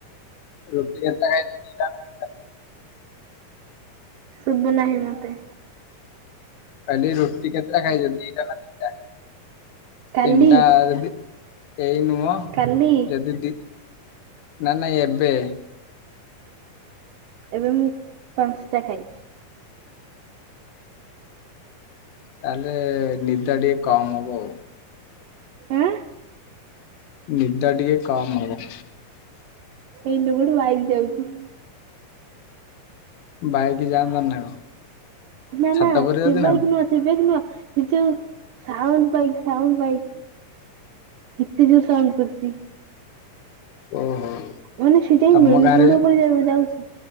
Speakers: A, on the left (about 70°); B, on the right (about 80°).
A: ରୁଟିି ଚାଟା ଆଣେ ଖାଇବା।
B: ଶୁଭୁ ନାହିଁ ମୋତେ।
A: ଆଜି ରୁଟି କେତେଟା ଖାଇଛନ୍ତି ଦିଟା ନା ତିନିଟା
B: କାଲି
A: ତିନିଟା ଯି ଏଇ ନୁହଁ
B: କାଲି
A: ଯଦି ଦି ନା ନା ଏବେ
B: ଏବେ ମୁଁ ପାଞ୍ଚଟା ଖାଇଚି।
A: ତାହେଲେ ନିଦ ଟିକେ କମ ହବ ଆଉ।
B: ଆଁ
A: ନିଦା ଟିକେ କମ୍ ହବ।
B: ହେଇଲୋ କଉଠୁ ବାଇକ୍ ଯାଉଚି।
A: ବାଇକ୍ ଯାନ୍ତାନିନା କଣ।
B: ନା
A: ଛାତ
B: ନା
A: ଉପରେ
B: ସେ
A: ଯାଉଛ
B: ବାଇକ୍
A: ନା
B: ନୁହଁ ସେ ବାଇକ୍ ନୁହଁ ସେ ଯଉ ସାଉଣ୍ଡ ପାଇକ ସାଉଣ୍ଡ ପାଇକ। କେତେ ଜୋର୍ ସାଉଣ୍ଡ କରୁଚି।
A: ଓହୋ।
B: ମାନେ ସେ ଯାଇ
A: ତମ
B: ମେନ୍
A: ଗାଁରେ
B: ରୋଡ ଉପରେ ଯାଉ ଯାଉଚି